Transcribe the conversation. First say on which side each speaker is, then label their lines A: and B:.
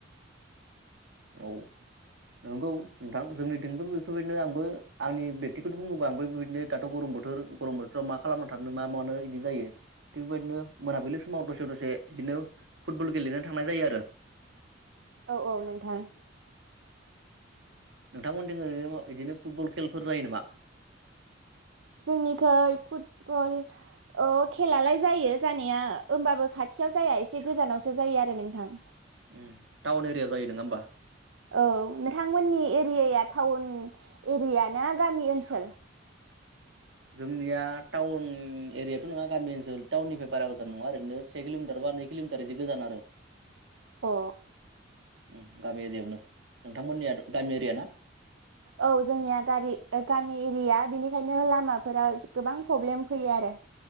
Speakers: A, on the right; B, on the right.
A: औ नंगौ नोंथां जोंनिथिंबो बेफोरबायदिनो आंबो आंनि बेक्तिखौथ बुङोबा आंबो बेबदिनो दाथ गरम बोथोर गरम बोथोराव मा खालामना थानो मा मानो बिदि जायो थिग बेबायदिनो मोनाबिलि समाव दसे दसे बिदिनो फुटबल गेलेनानै थांनाय जायो आरो।
B: औ औ नों थां
A: नोंथां मोनथिं ओरैनो बिदिनो फुटबल खेलफोर जायो नामा?
B: जोंनिखै फुटबल ओ खेलालाय जायो जानाया होमबाबो खाथियाव जाया एसे गोजानावसो जायो आरो नोंथां।
A: उम टाउन एरियायाव जायो नङा होमबा।
B: औ नोंथांमोननि एरियाया टाउन एरिया ना गामि ओनसोल
A: जोंनिया टाउन एरियाथ नङा गामि ओनसोल टाउननिफ्राय बारा गोजान नङा ओरैनो से किलमिटार बा नै किलमिटार बिदि गोजान आरो।
B: अ
A: उम गामि एरिआवनो नोंथांमोननिया गामि एरिया ना?
B: औ जोंनिया गारि गामि एरिया बेनिखायनो लामाफोराव गोबां प्रब्लेम फैयो आरो।